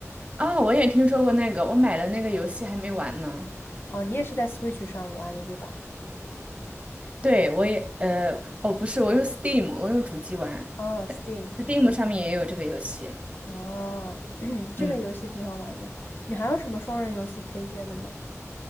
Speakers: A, on the right; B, on the left.
A: 啊、我也听说过那个，我买了那个游戏还没玩呢。
B: 哦，你也是在 Switch 上玩的，对吧？
A: 对，我也呃，哦，不是，我用 Steam，我用主机玩
B: 哦，Steam，
A: ，Steam 上面也有这个游戏。
B: 哦，<clears throat> 这个游戏挺好玩的。
A: 嗯
B: 你还有什么双人游戏推荐的吗？